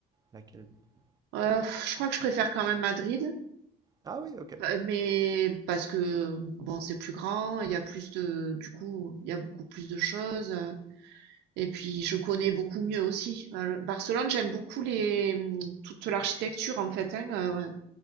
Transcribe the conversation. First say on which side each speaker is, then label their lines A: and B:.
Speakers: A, on the right (about 25°); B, on the right (about 90°).
A: Laquelle des deux?
B: Heu, je crois que je préfère quand même Madrid.
A: Ah oui, ok.
B: Heu, mais parce que bon, c'est plus grand, il y a plus de du coup, il y a beaucoup plus de choses, heu, et puis je connais beaucoup mieux aussi. Heu, le Barcelone, j'aime beaucoup les, mmh, toute l'architecture en fait, hein, heu,